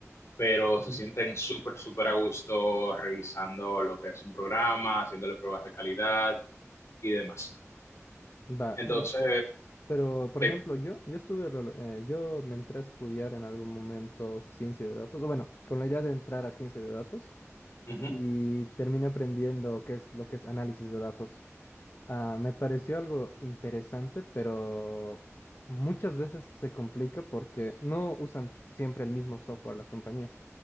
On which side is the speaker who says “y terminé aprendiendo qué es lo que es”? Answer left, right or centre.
Left